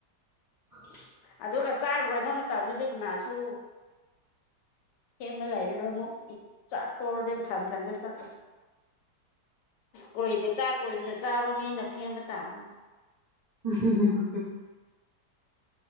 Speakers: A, on the right; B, on the left.
A: <unintelligible>
B: ꯑꯗꯨꯒ ꯆꯥꯛ ꯂꯣꯏꯕ ꯃꯇꯝꯗꯗꯤ ꯀꯅꯥꯁꯨ ꯍꯦꯡꯕ ꯂꯩꯔꯨꯔꯦ ꯑꯃꯨꯛ ꯆꯥꯛꯇꯣꯔꯔꯗꯤ ꯊꯟ ꯊꯟꯁꯦ ꯆꯥꯛ ꯀꯣꯏꯅꯦ ꯆꯥꯛ ꯀꯣꯏꯃꯤꯅ ꯆꯥꯕ ꯃꯤꯅ ꯐꯦꯡꯕ ꯇꯥꯕꯅꯤ꯫
A: ꯎ <unintelligible>